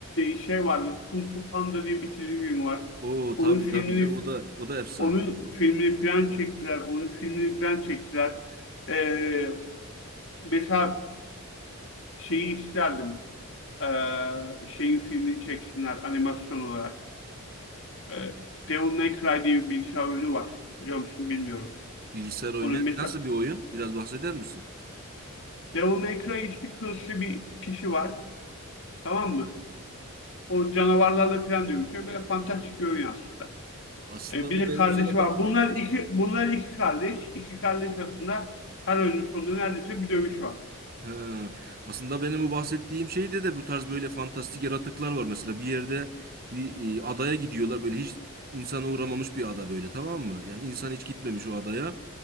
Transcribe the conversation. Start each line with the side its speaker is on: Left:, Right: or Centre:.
Left: şey vardı. Kung Fu Panda diye bir çizgi film var.
Right: Oo
Left: Onun
Right: tabii
Left: filmini
Right: tabii canım o da o da efsane.
Left: onun filmini falan çektiler. Onun filmini falan çektiler. Ee, mesela şeyi isterdim. Ee, şeyin filmini çeksinler animasyon olarak. Ee, Devil May Cry diye bir bilgisayar oyunu var. Biliyor musun? Bilmiyorum.
Right: Bilgisayar oyunu
Left: Onun mesela
Right: nasıl bir oyun? Biraz bahseder misin?
Left: Devil May Cry işte kılıçlı bir kişi var. Tamam mı? O canavarlarla falan dövüşüyor. Böyle fantastik bir oyun aslında.
Right: Aslında
Left: Ee, bir
Right: bu
Left: de
Right: benim
Left: kardeşi
Right: sana
Left: var.
Right: bak
Left: Bunlar iki, bunlar iki kardeş. İki kardeş arasında her oyunun sonunda neredeyse bir dövüş var.
Right: Ha, aslında benim bu bahsettiğim şeyde de bu tarz böyle fantastik yaratıklar var. Mesela bir yerde bir e, adaya gidiyorlar böyle hiç insana uğramamış bir ada böyle tamam mı? Yani insan hiç gitmemiş o adaya.